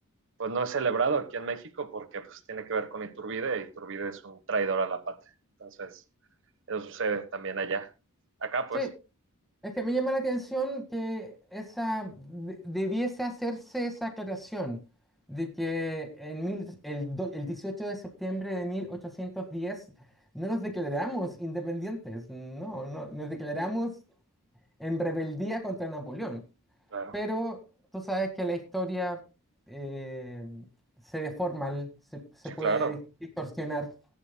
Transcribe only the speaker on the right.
pues no es celebrado aquí en México porque pues tiene que ver con Iturbide, y Iturbide es un traidor a la patria. Entonces, eso sucede también allá. Acá, pues,
claro.
Sí,
claro.